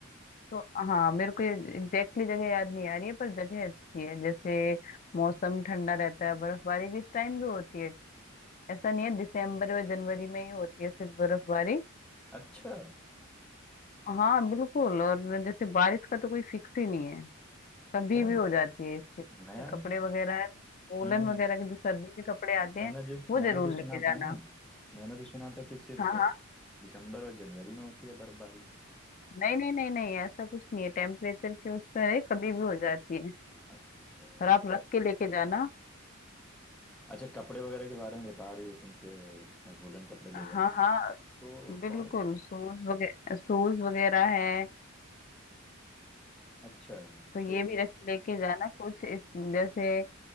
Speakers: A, on the left (about 40°); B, in the centre.
A: तो हाँ मेरे को एग्जैक्टली जगह याद नहीं आ रही है पर जगह अच्छी है जैसे मौसम ठंडा रहता है बर्फबारी भी इस टाइम भी होती है ऐसा नहीं है दिसंबर और जनवरी में ही होती है सिर्फ बर्फबारी
B: अच्छा
A: हाँ बिल्कुल और जैसे बारिश का तो कोई फिक्स ही नहीं है कभी
B: यार
A: भी हो जाती है इसके तो
B: मैं
A: कपड़े वगैरह है तो वोलन
B: हम्म हम्म
A: वगैरह के जो सर्दी के कपड़े आते
B: मैंने
A: हैं
B: जो
A: वो
B: मैंने
A: जरूर
B: तो सुना
A: लेके जाना
B: था ना मैंने तो सुना था कि सिर्फ
A: हाँ हाँ
B: दिसंबर और जनवरी में होती है बर्फबारी
A: नहीं नहीं नहीं नहीं ऐसा कुछ नहीं है टेम्परेचर के उस पर है कभी भी हो जाती है
B: अच्छा
A: और आप रख के लेके जाना
B: अच्छा कपड़े वगैरह के बारे में बता रही हो तुम के वुलन कपड़े ले जाएंगे
A: हाँ हाँ
B: तो
A: बिल्कुल
B: और
A: सूज वगैरह सूज वगैरह है
B: अच्छा
A: तो ये
B: तो
A: भी रख लेके जाना कुछ इस जैसे